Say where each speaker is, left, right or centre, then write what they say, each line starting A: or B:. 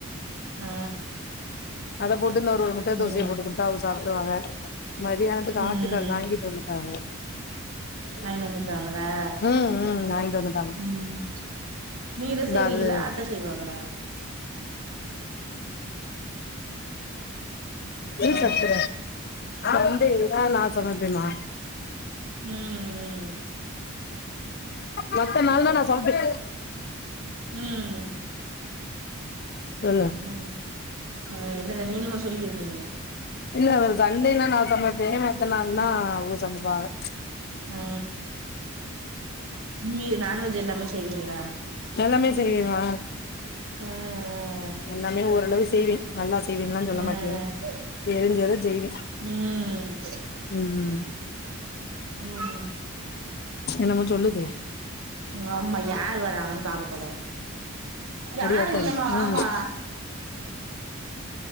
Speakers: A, on the right; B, on the left.
A: ஆ
B: அத போட்டு இந்த ஒரு ஒரு முட்ட
A: ம்
B: தோசைய போட்டு குடு த்தா அவுக சாப்டுவாக மதியானத்துக்கு
A: ம்
B: ஆட்டுக்கால் வாங்கிட்டு வந்துட்டாக
A: வாய்ன் வந்துட்டாங்களா
B: ம் ம் வாங்கிட்டு வந்துட்டாங்க
A: ம் நீங்கதா
B: இந்த
A: செய்வீகளா
B: அது
A: அத்த செய்வாங்களா
B: எதுக்
A: ஹலோ
B: கத்துர சன்டேதா நா சமைப்பேமா
A: ம் ம்
B: மத்த நாள்னா நா சமப்பே
A: ம்
B: சொல்லு
A: ம் அ என்னது நீ என்னமோ சொல்லிகிருந்திங்களே
B: இல்ல ஒரு சண்டேனா நா சமைப்பே மத்த நாள்னா அவுங்க சமைப்பாக
A: ஆ இல்லியே நான்வெஜ் எல்லாமே செய்வீங்களா
B: எல்லாமே செய்வேமா
A: ஆ ஆ ஆ
B: எல்லாமே ஓரளவு செய்வே நல்லா செய்வேன்லா சொல்ல
A: ஆ
B: மாட்டே தெரிஞ்சத செய்வே
A: ம்
B: ம்
A: ம்
B: என்னமோ சொல்லுதே
A: ஆமா யார் வர்றாங்கன்னு பாக்க போறாலா யாரும்
B: அடி ஆத்தாடி
A: இல்லமா வாமா
B: ம்